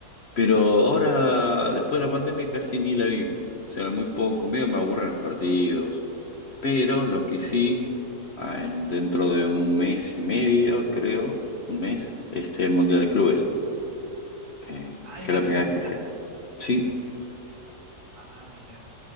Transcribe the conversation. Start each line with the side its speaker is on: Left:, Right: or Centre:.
Left: Pero ahora,
Right: Ajá.
Left: después de la pandemia, casi ni la vi. O sea, muy poco, medio me aburren los partidos. Pero lo que sí, ah, en- dentro de un mes y medio, creo, un mes, es el Mundial de Clubes.
Right: ujú.
Left: eh,
Right: Ah, ya
Left: que
Right: también
Left: es la primera
Right: se acerca.
Left: vez que se hace. Sí,
Right: Ah, mira.